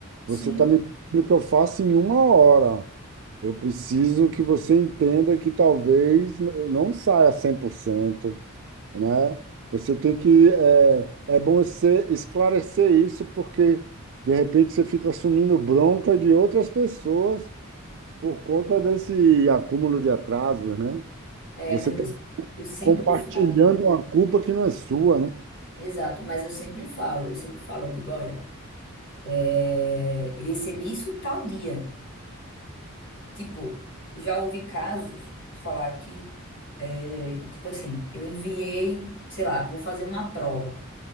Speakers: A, on the left (about 60°); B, on the right (about 60°).
A: Sim,
B: Você está me pedindo que eu faça em uma hora. Eu preciso que você entenda que talvez n- não saia 100%, né? Você tem que... É, é bom você esclarecer isso, porque, de repente, você fica assumindo bronca de outras pessoas por conta desse acúmulo de atrasos, né?
A: é,
B: Você
A: mas
B: está
A: eu, eu sempre
B: compartilhando
A: falo.
B: uma culpa que não é sua, né?
A: Exato, mas eu sempre falo, eu sempre falo, eu digo, olha, é, eu recebi isso tal dia. Tipo, já houve casos, vou falar aqui, é, tipo assim, eu enviei, sei lá, vou fazer uma prova,